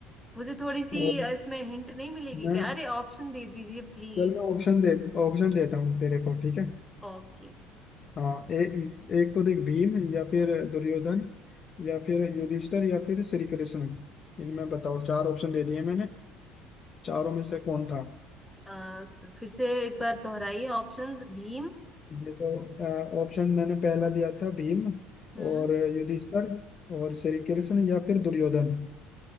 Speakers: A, in the centre; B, on the left.
A: मुझे थोड़ी सी
B: और
A: अ, इसमें हिंट नहीं मिलेगी
B: मैं
A: क्या अरे ऑप्शन दे दीजिए प्लीज
B: चल मैं ऑप्शन दे ऑप्शन देता हूँ तेरे को ठीक है
A: ओके
B: हाँ एक एक तो देख भीम या फिर दुर्योधन या फिर युधिष्ठिर या फिर श्री कृष्ण इनमें बताओ चार ऑप्शन दे दिए मैंने चारों में से कौन था
A: अ, स- फिर से एक बार दोहराइए ऑप्शन भीम
B: देखो ऑप्शन मैंने पहला दिया था भीम
A: हम्म
B: और युधिष्ठिर और श्री कृष्ण या फिर दुर्योधन